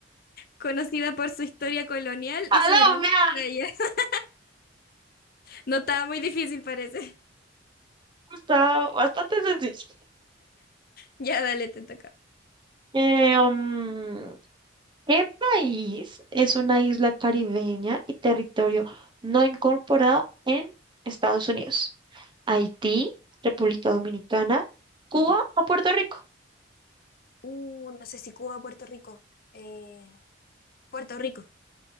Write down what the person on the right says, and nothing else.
Colombia.
Está bastante sencillo.
Eh, mm, ¿Qué país es una isla caribeña y territorio no incorporado en Estados Unidos? ¿Haití, República Dominicana, Cuba
o Puerto Rico?